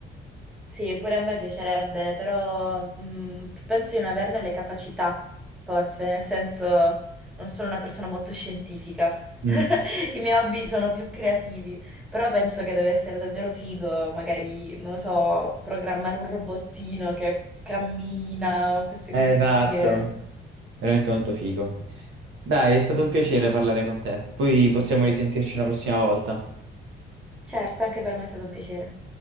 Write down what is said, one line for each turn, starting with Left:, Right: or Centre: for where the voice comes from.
Centre: Sì, pure a me piacerebbe, però mm, penso di non averne le capacità, forse, nel senso non sono una persona molto scientifica.
Right: Mm,
Centre: <laughs> I miei hobby sono più creativi, però penso che deve essere davvero figo, magari, non lo so, programmare un robottino che cammina o queste
Right: Esatto,
Centre: cose fighe.
Right: veramente molto figo. Dai, è stato un piacere parlare con te. Poi possiamo risentirci una prossima volta.
Centre: Certo, anche per me è stato un piacere.